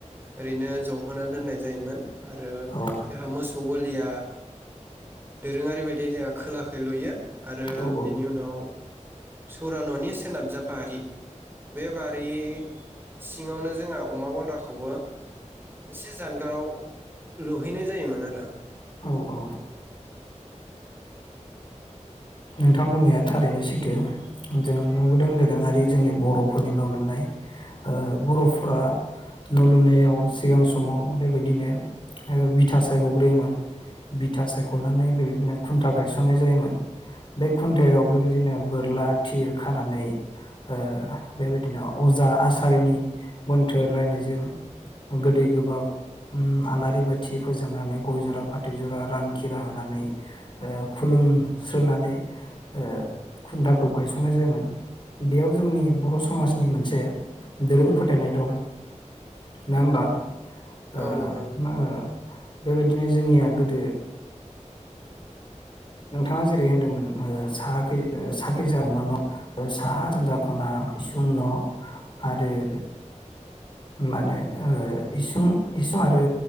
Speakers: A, on the right; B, on the left.
A: ओरैनो ज'होना दोननाय जायोमोन । आरो
B: औ
A: जोहा मोसौ गलिया दोरोङारि बायदि देहा खोलाखै लुयो । आरो
B: औ
A: बेनि उनाव सौरा न'नि सो नाबजा बारि बे बारि सिङावनो जोंहा अमा गन्द्राखौबो इसे जानगाराव लुहैनाय जायोमोन आरो
B: औ औ ओ नोंथां बुंनाया थारैनो सैथो । जों नुबोदों दोरोङारि जोंनि बर'फोरनि न' लुनाय ओ बर'फ्रा न' लुनायाव सिगां सम माव बेबायदिनो ओ बिथा सायख'ग्रोयोमोन बिथा साय ख'नानै बेबायदिनो खुनथा गायस नाय जायोमोन । बे खुनथायाव
A: औ
B: बेबायदिनो बोर ला थिर खानानै ओ बेबायदिनो अजा आसारिनि मोनथोर रायनायजों गोदै गो बाब ओम आलारि बा थि फोजोंनानै गय-ज'रा फाथ थै जरा रां खिरा होनानै ओ खुलुमस्रोनानै ओ खुन्थाखौ गायसंनाय जायोमोन बेयाव जोंनि बर' समाजनि मोनसे दोरों फोथायनाय दं ना
A: औ
B: होमबा
A: औ
B: ओ
A: दङ औ औ
B: मा ओ बेबायदिनो जोंनिया गोदो नोंथाङा जेरै होनदोंमोन ओ साहाखै ओ साखैजा नमा न ओ साहा सानजा खना इसिं न' आरो ओ मानो ओ इसुं इसुं आरो